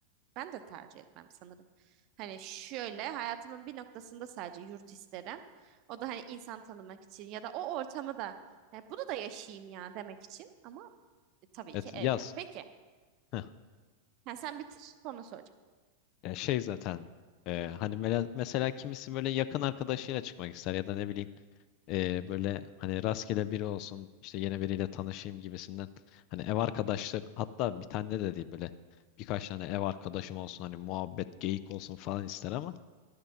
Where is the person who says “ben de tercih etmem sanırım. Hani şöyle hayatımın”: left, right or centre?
Right